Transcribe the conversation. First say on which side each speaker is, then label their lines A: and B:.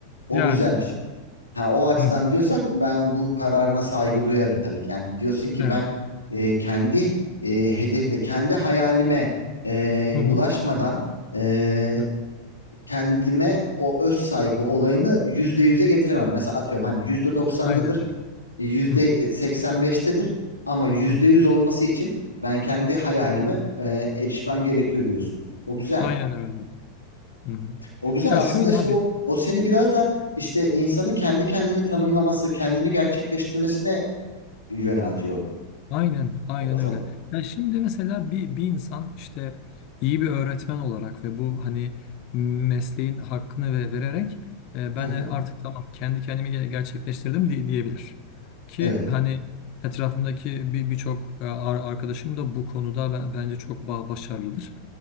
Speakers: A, on the left; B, on the left.
A: O
B: Yani
A: güzel bir şey. Ha o açıdan
B: hı hı,
A: diyorsan ben bu kararına saygı duyarım tabii ki. Yani diyorsun ki
B: evet.
A: ben e, kendi e, hedefle, kendi hayalime e,
B: Hı hı,
A: ulaşmadan e,
B: evet.
A: kendime o öz saygı olayını yüzde yüze getiremem. Mesela atıyorum hani yüzde doksandadır,
B: Aynen öyle.
A: yüzde
B: Hı hı,
A: e, seksen beştedir ama yüzde
B: hı hı.
A: yüz olması için ben kendi hayalime e, erişmem gerekiyor diyorsun. O güzel.
B: Aynen öyle. Hı hı.
A: O güzel
B: Ya
A: aslında
B: şöyle
A: işte
B: abi
A: o o seni biraz da işte insanın kendi kendini tanımlaması, kendini gerçekleştirmesine yöneltiyor
B: Aynen, aynen
A: o basamak.
B: öyle. Ya şimdi mesela bir, bir insan işte iyi bir öğretmen olarak ve bu hani mesleğin hakkını ve vererek e, ben
A: Hı hı.
B: e, artık tamam kendi kendimi ge- gerçekleştirdim di- diyebilir. Ki
A: Evet.
B: hani etrafımdaki bir birçok e, ar- arkadaşım da bu konuda be- bence çok ba- başarılıdır.